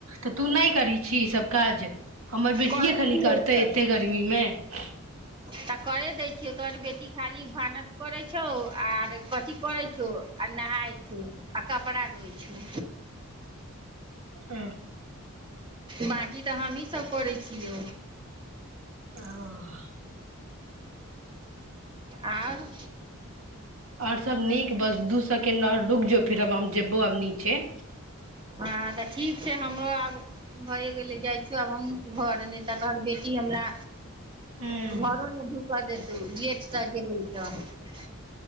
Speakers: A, on the right; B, on the right.
A: तऽ तू नहि करी छीह ईसभ काज हमर बेटिे
B: करै
A: खाली
B: छियै
A: करतै
B: तऽ
A: एते गर्मी मे <unintelligible>
B: तऽ करे दैत छियौ तोहर बेटी खाली भानस करैत छौ आर कथी करैत छौ आ नहााय छौ आ कपड़ा धोइ छौ
A: हुँ
B: बाँकी तऽ हमहीँ सभ करै छियौ
A: हाँ अ
B: आओर
A: ओर सब नीक बस दू सेकेंड जो फिरब हम जेब आब नीचे
B: हँ तऽ ठीक छै हमरो आब भऽ गेलै जाइ छी आब हमहूँ घर नहि तऽ तोहर बेटी हमरा
A: हूँ
B: घरो ने ढूक देतौ गेट द जेबै <inaudible>